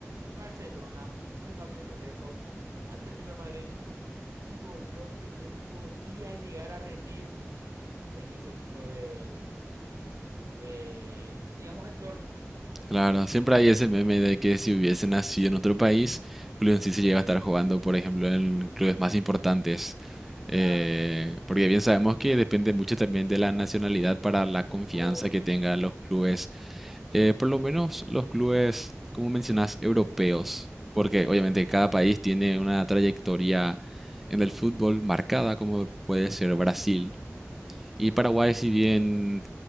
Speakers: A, on the right (about 90°); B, in the centre.
A: Barcelona, no hace falta ir muy lejos, Atlético de Madrid. Digo yo que él podría llegar a rendir en ese tipo de, de digamos, entornos.
B: claro. Siempre hay ese meme de que si hubiese nacido en otro país, Julio sí se lleva a estar jugando, por ejemplo, en clubes más importantes. Eh,
A: Claro,
B: porque bien sabemos que depende mucho también de la nacionalidad para la confianza
A: obvio.
B: que tengan los clubes Eh, por lo menos los clubes, como mencionas, europeos, porque obviamente
A: Claro.
B: cada país tiene una trayectoria en el fútbol marcada, como puede ser Brasil. Y Paraguay, si bien